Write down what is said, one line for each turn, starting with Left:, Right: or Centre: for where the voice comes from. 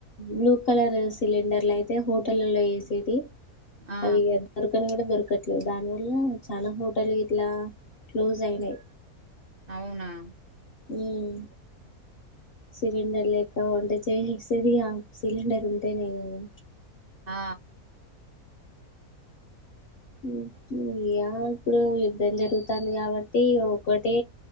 Left: బ్లూ కలర్ సిలిండర్లు అయితే హోటలల్లో వేసేటి
Right: ఆ
Left: అవిగ దొరకను గుడ దొరక ట్లే దాని వల్ల చాలా హోటల్ గిట్లా క్లోజ్ అయినయ్
Right: అవునా
Left: ఉమ్ సిలిండర్లేక వంటచే సిరి సిలిండర్ ఉంటేనే కదా
Right: ఆ
Left: ఊహ్మ్మ్ ఏమో ఇప్పుడు యుద్ధం జరుగుతాంది కాబట్టి ఒకటే